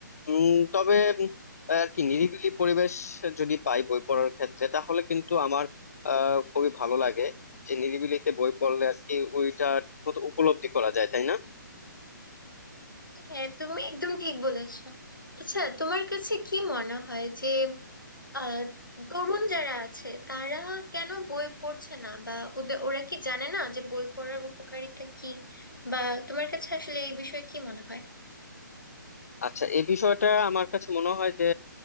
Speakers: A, on the left (about 50°); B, on the left (about 80°).
A: উম, তবে উম, আর কি নিরিবিলি পরিবেশ যদি পাই বই পড়ার ক্ষেত্রে তাহলে কিন্তু আমার আহ খুবই ভালো লাগে যে নিরিবিলিতে বই পড়লে আর কি ওইটা ঠিক মতো উপলব্ধি করা যায় তাই না
B: হ্যাঁ তুমি একদম ঠিক বলেছো আচ্ছা তোমার কাছে কি মনে হয় যে আহ তরুণ যারা আছে তারা কেন বই পড়ছে না বা ওদে- ওরা কি জানে না যে বই পড়ার উপকারিতা কি বা তোমার কাছে আসলে এই বিষয়ে কি মনে হয়
A: আচ্ছা এই বিষয়টা আমার কাছে মনে হয় যে